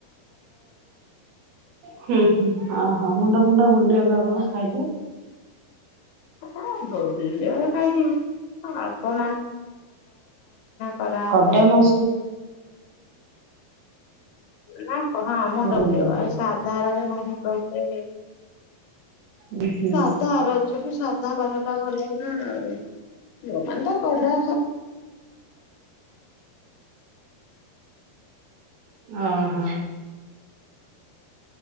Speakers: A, on the right; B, on the left.
A: ହୁଁ ହୁଁ ଓହୋ ମୁଣ୍ଡ ଫୁଣ୍ଡ ବୁଲେ ପା କଣ ଖାଇଲେ?
B: ଆ ବୁଲେଇବ କାଇଁ? ଅଳ୍ପ କରାହବ।
A: କଡା ମ
B: ନା କ ହଁ ମୁଣ୍ଡ
A: ବୁଲେଇବନି।
B: ବୁଲେଇବ। ଏ ସାଧାରେ କଣ ମୁଣ୍ଡ ବୁଲେଇବ?
A: ଉଁ ହୁଁ
B: ସାଧା ରଜକୁ ସାଧାପାନ ଟା ଭଲ ନା ଆଉ। ଯୋଉଁମାନେ ତ କଡ଼ା
A: ଓ ହୋ।